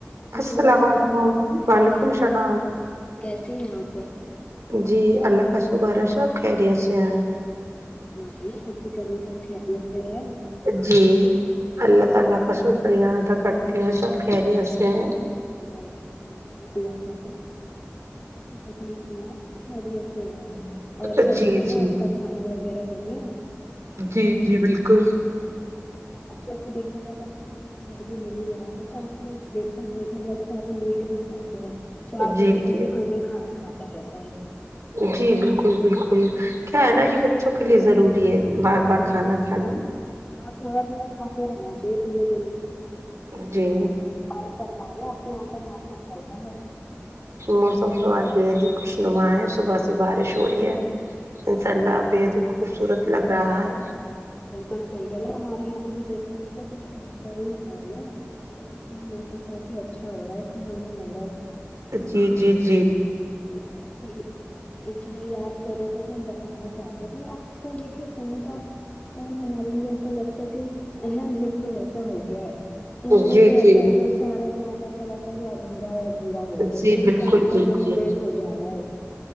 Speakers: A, on the left; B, on the right.
A: سلا
B: السلام
A: ولیکم
B: علیکم وعلیکم
A: بالکل
B: السلام
A: کیسی ہو اپپا
B: جی اللہ کا شکر ہے سب خیریت سے ہیں
A: مائی آپ کے گھر میں سب خیریت سے ہیں
B: جی اللہ تعالی کا شکریہ ادا کرتی ہیں سب خیریت سے ہیں
A: کر دعا کرتے تکلیف نہ خیریت سے ہے اور
B: جی
A: فرمائیے
B: جی
A: آپ کا کھانا وغیرہ ہو گیا
B: جی جی بالکل
A: اب تو دیکھا جاتا کھانا ا سم یہ ہو ہی گیا ہے تو کافی لگ دیکھ دیکھنے ج تو کافی لیٹ بھی کھاتے ہیں چار
B: جی
A: بجے تک
B: جی
A: بھی کوئی بھی کھانا کھاتے رہ
B: جی بالکل بالکل کیا
A: اور
B: ہے نا
A: پھر
B: یہ ب چوں کے لیے ضروری ہے بار بار کھانا کھانا
A: ہاں تھوڑا تھوڑا کھاتے رہنا چاہیے پورے دنوں میں
B: جی
A: آج فرمایا آپ کے یہاں کا موسم کیسا ہے
B: موسم تو آج بھی بے حد خوشنما ہے صبح سے بارش ہورہی ہے انشاء
A: ہے
B: اللہ بے حد ہی خوبصورت لگ رہا ہے
A: بالکل صحیح کریے ہمارے یہا بھی دیکھا جائے تو کچھ ایسا ہی ہے موسم کافی اچھا ہورا ہے سہانا ہورا ہے
B: جی جی جی
A: <unintelligible> اس لیے یاد کر رے تھے کہ ہم بتانا چاہتے تھے آج کل دیکھیے فون کا کون ہمارے لیے ایسا لگتا ہے کہ اہم حصوں میں سے ہو گیا ہے فون نہیں
B: جی
A: رہتا
B: جی
A: ہے تو سارا کام ایسا لگتا ہے کہ ادھورا ہے ادھورا ہو گیا ہے
B: جی
A: کوئی بھی
B: بالکل
A: کام کرنے
B: بالکل
A: میں لیٹ ہو جا رہا ہے